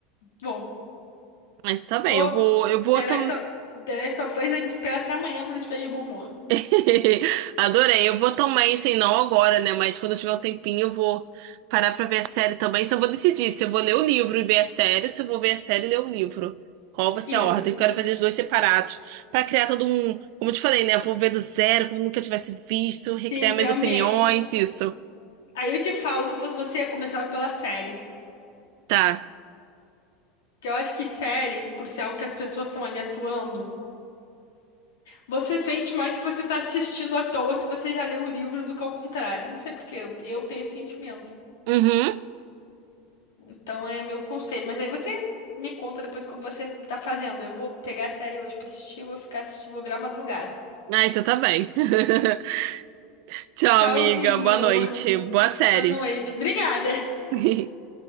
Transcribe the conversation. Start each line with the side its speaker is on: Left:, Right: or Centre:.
Left: Vou.
Right: Mas tá bem,
Left: Vou
Right: eu vou, eu vou
Left: The Last
Right: tam...
Left: of, The Last of Us vai me esperar até amanhã quando eu estiver de bom humor.
Right: <laughs> Adorei, eu vou tomar isso aí, não agora, né? Mas quando eu tiver um tempinho, eu vou parar pra ver a série também. Só vou decidir se eu vou ler o livro e ver a série, ou se eu vou ver a série e ler o livro. Qual vai ser
Left: Isso.
Right: a ordem? Eu quero fazer os dois separados Pra criar todo um, como eu te falei, né? Eu vou ver do zero, como eu nunca tivesse visto, recriar
Left: Sim, criar
Right: minhas opiniões,
Left: ambiente.
Right: isso.
Left: Aí eu te falo, se eu fosse você, eu começava pela série.
Right: Tá.
Left: Porque eu acho que série, por ser algo que as pessoas estão ali atuando, você sente mais que você tá assistindo à toa se você já leu o livro do que ao contrário. Não sei por quê, eu, eu tenho esse sentimento.
Right: Uhum.
Left: Então é meu conselho. Mas aí você me conta depois como você tá fazendo. Eu vou pegar a série hoje pra assistir, vou ficar assistindo, vou virar madrugada.
Right: Ah, então tá bem. <laughs> Tchau,
Left: Tchauzinho.
Right: amiga. Boa noite. Boa série.
Left: Boa noite. Obrigada.
Right: <laughs>